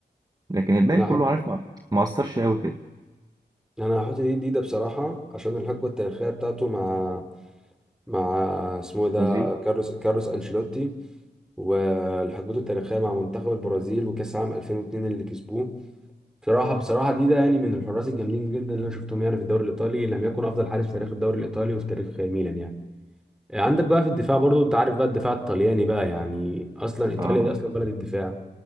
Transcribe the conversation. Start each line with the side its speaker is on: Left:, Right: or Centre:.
Right: لكن الباقي
Centre: انا
Right: كله
Centre: هحط
Right: عارف ما ما اثرش قوي كده
Centre: انا هحط دي جديده بصراحه عشان الحقبه التاريخيه بتاعته مع مع اسمه إيه ده
Right: برازيل
Centre: كارلوس كارلوس انشيلوتي والحقبته التاريخيه مع منتخب البرازيل وكاس عام 2002 اللي كسبوه بصراحه بصراحه دي ده يعني من الحراس الجامدين جدا اللي انا شفتهم يعني في الدوري الايطالي لم يكن افضل حارس في تاريخ الدوري الايطالي وفي تاريخ ميلان يعني عندك بقى في الدفاع برضو انت عارف بقى الدفاع الطلياني بقى يعني اصلا ايطاليا
Right: آه
Centre: دي اصلا بلد الدفاع